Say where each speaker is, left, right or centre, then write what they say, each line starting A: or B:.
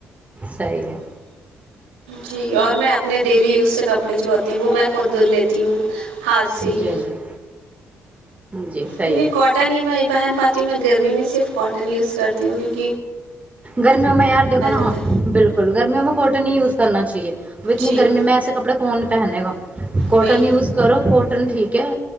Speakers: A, on the right; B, on the right.
A: صحیح ہے
B: جی اور میں اپنے ڈیلی یوز سے کپڑے جو ہوتے ہیں وہ میں خود دھل لیتی ہوں ہاتھ سے ہی
A: جی جی جی صحیح
B: کیونکہ
A: ہے
B: کاٹن ہی میں ہی پہن پاتی ہوں میں گرمی میں صرف کاٹن یوز کرتی ہ ہوگی
A: گرمیوں میں یار دیکھو نا
B: جاتا
A: ہاں بالکل گرمیوں میں کوٹن ہی یز کرنا چاہیے اب اتنی
B: جی
A: گرمی میں ایسے کپڑے کون پہنے گا کوٹن
B: وہی
A: یوز کرو پٹن ٹھیک ہے